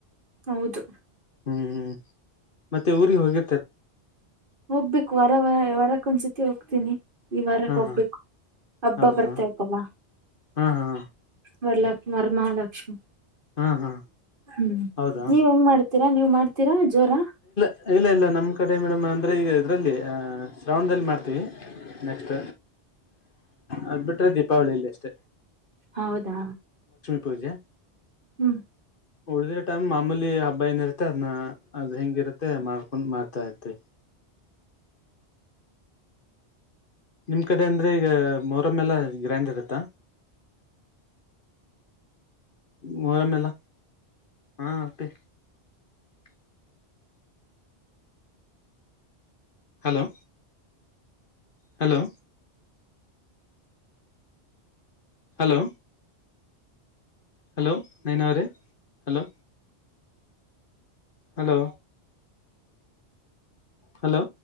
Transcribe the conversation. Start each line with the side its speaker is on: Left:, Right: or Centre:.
Right: ಹೌದು.
Left: ಹ್ಮ್ ಹ್ಮ್ ಮತ್ತೆ ಊರಿಗ್ ಹೋಗಿ
Right: ಹೋಗ್ಬೇಕು ವರ ವ ವರಕ್ಕ ಒಂದ್ಸತಿ ಹೋಗ್ತೀನಿ. ಈ ವಾರಕ್
Left: ಹಾ
Right: ಹೋಗ್ಬೇಕು
Left: ಹಾ
Right: ಹಬ್ಬ
Left: ಹೌದಾ
Right: ಬರ್ತಾಯಿತಲ್ಲ.
Left: ಹಾ ಹಾ.
Right: <unintelligible> ವರ್ಮಹಾಲಕ್ಷ್ಮಿ.
Left: ಹಾ ಹಾ.
Right: ಹ್ಮ್
Left: ಹೌದಾ
Right: ನೀವ್ ಹೆಂಗ್ ಮಾಡ್ತೀರಾ ನೀವ್ ಮಾಡ್ತೀರಾ ಜೋರ.
Left: ಇಲ್ಲ ಇಲ್ಲ ನಮ್ ಕಡೆ ಮೇಡಮ್ ಅಂದ್ರೆ ಈಗ ಇದ್ರಲ್ಲಿ ಶ್ರಾವಣದಲ್ಲಿ ಮಾಡ್ತೀವಿ ನೆಕ್ಸ್ಟ್ ಅದ ಬಿಟ್ರೆ ದೀಪಾವಳಿಲ್ಲಿ ಅಷ್ಟೇ
Right: ಹೌದಾ.
Left: ಪೂಜಾ.
Right: ಹ್ಮ್.
Left: ಉಳ್ದಿರ ಟೈಮ್ ಮಾಮೂಲಿ ಹಬ್ಬ ಏನಿರುತ್ತೆ ಅದ್ನ ಅದ್ ಹೆಂಗಿರತ್ತೆ ಮಾಡ್ <unintelligible> ಮಾರ್ತಾ ಹೇತಿ. ನಿಮ್ ಕಡೆ ಅಂದ್ರೆ ಈಗ ಮೊಹರಂ ಎಲ್ಲ ಗ್ರ್ಯಾಂಡ್ ಇರತ್ತ. ಮೊಹರಂ ಎಲ್ಲ ಹಾ ಮತ್. <unintelligible> Hello hello hello hello Naina ಅವ ರೇ ಹಲೋ ಹಲೋ ಹಲೋ